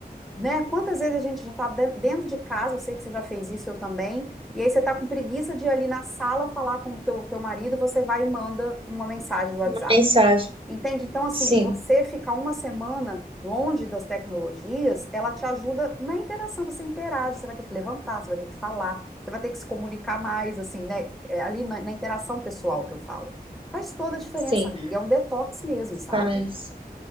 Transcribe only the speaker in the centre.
né? Quantas vezes a gente já está dentro de casa? Eu sei que você já fez isso, eu também. E aí você tá com preguiça de ir ali na sala falar com o teu, teu marido, você vai e manda uma mensagem do WhatsApp.
Entende? Então, assim,
você ficar uma semana longe das tecnologias, ela te ajuda na interação, você interage, você vai ter que levantar, você vai ter que falar, você vai ter que se comunicar mais, assim, né? É ali na, na interação pessoal que eu falo. Faz toda a diferença,
amiga. É um detox mesmo, sabe?